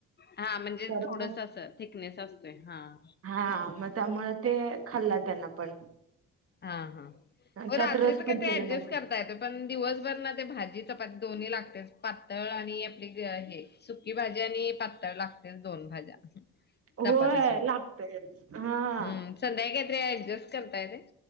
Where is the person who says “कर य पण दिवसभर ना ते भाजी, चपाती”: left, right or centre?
Left